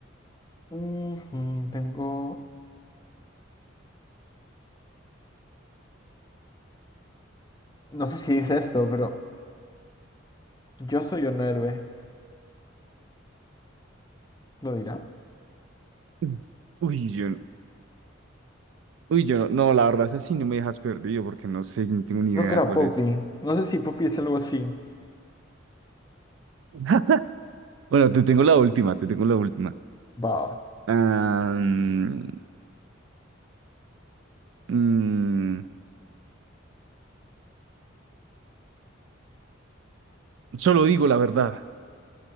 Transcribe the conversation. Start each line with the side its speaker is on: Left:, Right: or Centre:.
Left: Ujú, tengo. No sé si dice esto, pero yo soy un héroe. ¿Lo dirá?
Right: <laughs> uy, yo, uy, yo no, no, la verdad, esa sí no me dejas perdido porque no sé, no tengo ni
Left: Creo
Right: idea
Left: que era
Right: cuál
Left: Poppy.
Right: es.
Left: No sé si Poppy es algo así.
Right: <laughs> Bueno, te tengo la última, te tengo la última.
Left: Baba.
Right: Ah, mm, mm, solo digo la verdad.